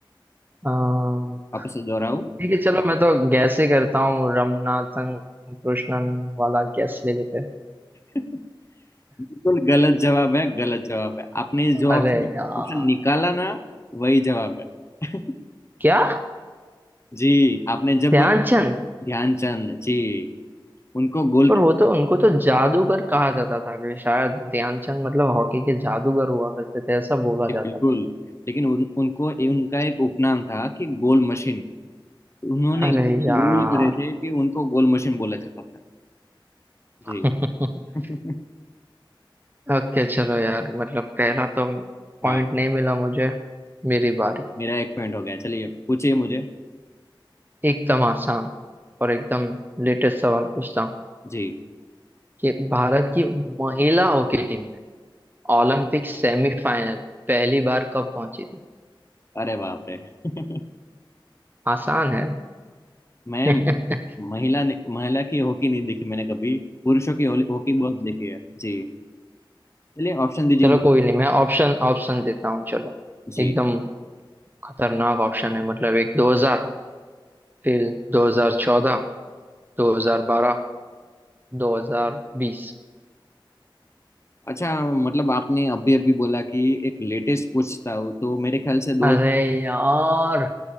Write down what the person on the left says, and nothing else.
वापस से दोहराऊं
<laughs> बिल्कुल गलत जवाब है गलत जवाब है आपने जो
ऑप्शन
ऑप्शन निकाला ना वही जवाब है <laughs>
जी आपने जब
ध्यानचंद जी उनको गोल
बिल्कुल
लेकिन उन, उनको उनका एक उपनाम था कि गोल मशीन उन्होंने
इतने
गोल करे थे कि उनको गोल मशीन बोला जाता था
जी <laughs>
हाँ
मेरा एक पॉइंट हो गया चलिए पूछिए मुझे
जी
अरे बाप रे <laughs>
मैं
महिला ने- महिला की हॉकी नहीं देखी मैंने कभी पुरुषों की हॉली- हॉकी बहुत देखी है जी चलिए ऑप्शन दीजिए
मुझे
जी
अच्छा मतलब आपने अभी अभी बोला कि एक लेटेस्ट पूछता हूँ तो मेरे ख्याल से दो
<laughs>